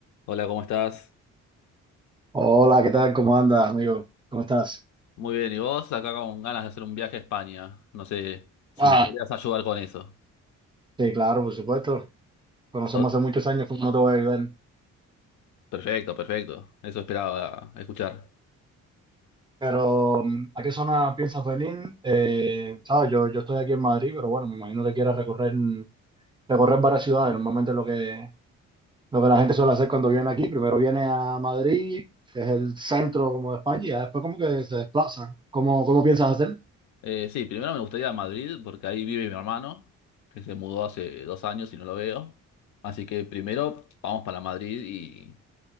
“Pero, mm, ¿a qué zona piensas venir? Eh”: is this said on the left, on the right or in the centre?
Right